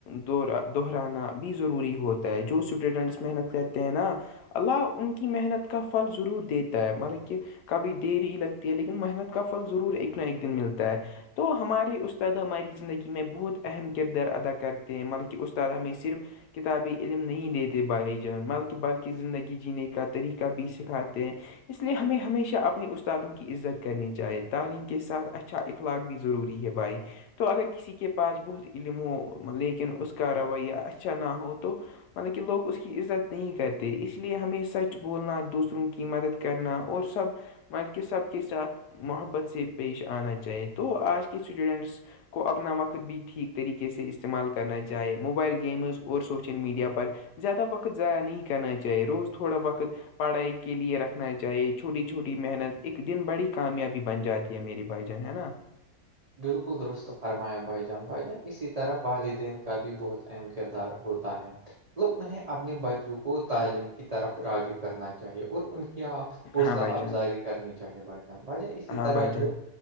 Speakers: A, on the left; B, on the right.
A: ا دوہرانا بھی ضروری ہوتا ہے جو اسٹوڈنٹس محنت کرتے ہیں نا اللہ ان کی محنت کا پھل ضرور دیتا ہے مطلب کہ کبھی دری لگتی ہے لیکن محنت کا فھل ضرور ایک نہ ایک دن ملتا ہے تو ہمارے استاد ہماری زندگی میں بہت اہم کردار ادا کرتے ہیں ملبکہ استاد ہم صرف کتابی علم نہیں دیتے بھائی جان ملک بلک زندگی جینے کا طریقہ بھی سکھاتے ہیں اس لیے ہمیں ہمیشہ اپنے استادوں کی عزت کرنی چاہیے تعلیم کے ساتھ اچھا اخلاق بھی ضرور بھائی تو اگر کسی کے کے پاس بہت علم ہو لیکن اس کا رویہ اچھا نہ ہو تو مطلب کہ لوگ اس کی عزت نہیں کرتے اس لیے ہمیں سچ بولنا دوسروں کی مدد کرنا اور سب مل کے سب کے ساتھ محبت سے پیش آنا چاہیے تو آج کے کتھ سوڈٹس کو اپنا وقت بھی ٹھیک طریقے سے استعمال کرنا چاہے موبائل گیمز اور سوشل میڈیا پر زیادہ وقت ضائع نہیں کرنا چاہیے روز تھوڑا وقت پڑھائی کے لے رکھنا چاہیے چھوٹی چھوٹی محنت ایک دن بڑی کامیابی بن جاتی یہ میری بھائی جان ہے نا
B: بالکل درست فرمایا بھائی جان بھ جان اسی طرح والدین کا بھی بہت اہم کردار ہوتا ہے مطلب انہیں اپنے بچوں کو تعلیم کی طرف راغب کرنا چاہیے اور ان کی کیا حوصلہ
A: ہاں بھائی
B: افزائی
A: جان
B: کرنی چاہیے بھائی جان بھائی جان اسی
A: ہاں
B: طرح
A: بھائی جان
B: جو